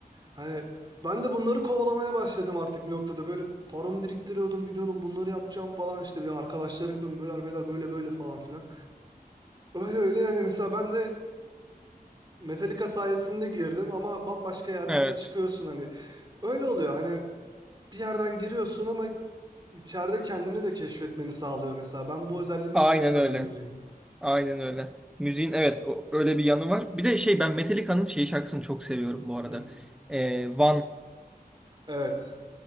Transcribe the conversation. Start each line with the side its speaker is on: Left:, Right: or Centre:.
Right: Hani ben de bunları kovalamaya başladım artık bir noktada böyle paramı biriktiriyordum gidiyordum bunları yapacağım falan işte bir arkadaşlara gidiyordum beyler beyler böyle böyle falan filan. Öyle öyle yani mesela ben de Metallica sayesinde girdim ama bambaşka yerden
Centre: Evet.
Right: de çıkıyorsun hani öyle oluyor hani bir yerden giriyorsun ama içeride kendini de keşfetmeni sağlıyor mesela. Ben bu özelliğini
Centre: Aynen
Right: de seviyorum
Centre: öyle.
Right: müziğin.
Centre: Aynen öyle. Müziğin evet o, öyle bir yanı var. Bir de şey ben Metallica'nın şey şarkısını çok seviyorum bu arada.
Right: Hı.
Centre: Ee, One
Right: Evet.